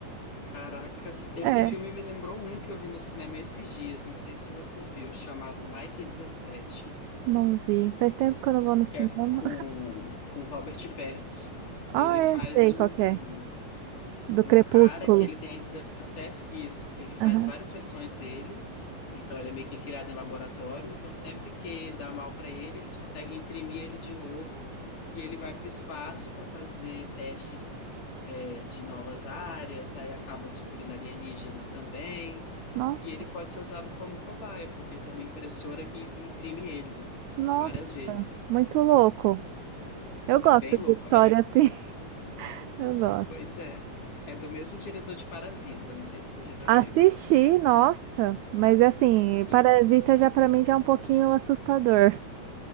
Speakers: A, on the left; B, on the right.
A: caraca, esse
B: É,
A: filme me lembrou um que eu vi no cinema esses dias, não sei se você viu, chamado Mike dezessete,
B: não vi. Faz tempo que eu não vou no cinema.
A: que é com, com Robert Pattinson.
B: Ah,
A: Ele faz
B: é, sei
A: um,
B: qual que é. Do
A: um
B: Crepúsculo.
A: cara que ele tem acesso, isso, ele faz
B: Aham.
A: várias versões dele, então ele é meio que criado em laboratório, então sempre que dá mal para ele, eles conseguem imprimir ele de novo e ele vai para o espaço para fazer testes é, de novas áreas, aí acaba descobrindo alienígenas também,
B: Nossa,
A: e ele pode ser usado como cobaia, porque tem uma impressora que imprime ele
B: nossa,
A: várias vezes.
B: muito louco. Eu
A: É
B: gosto
A: bem louco.
B: de história
A: É,
B: assim. <laughs> Eu gosto.
A: pois é. É do mesmo diretor de Parasita, não sei se você já
B: Assisti,
A: viu.
B: nossa, mas assim, Parasita
A: E
B: já pra mim já é um pouquinho assustador.